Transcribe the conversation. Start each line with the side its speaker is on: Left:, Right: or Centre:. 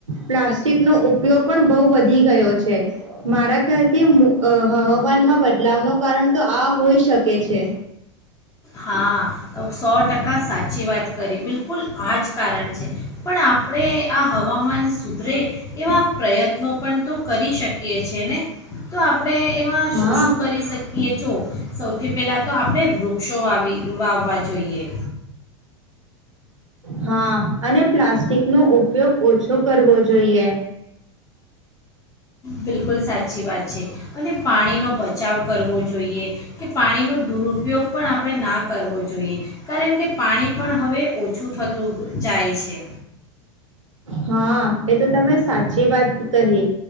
Right: પ્લાસ્ટિક નો ઉપયોગ પણ બહુ વધી ગયો છે મારા ખ્યાલથી હવામાનમાં બદલાવ ન કારણ તો આ હોઈ શકે છે.
Left: હા સો ટકા સાચી વાત કરી બિલકુલ આ જ કારણ છે. પણ આપણે આ હવામાન સુધરે એવા પ્રયત્નો પણ તો કરી શકીએ છ છેએ ને તો આપ આપણે એમાં શું
Right: હા
Left: શું કરી શકીએ જો સૌથી પેલા તો આપણેે વૃ શો વાવી વાવવા જોઈએ.
Right: હા અને પ્લાસ્ટિક નો ઉપયોગ ઓછો કરવો જોએ. જોઈએ.
Left: બિલકુલ સાચી વાત છે અને પાણીનો બચાવ કરવો જોઈએ કે પાણીનો દુરુપયોગ પણ આપણે ના કરવો જોઈએ કારણ કે પાણી પણ હવે ઓછું થતું જાય છે.
Right: હા એ તો તમે સાચી વાત કહી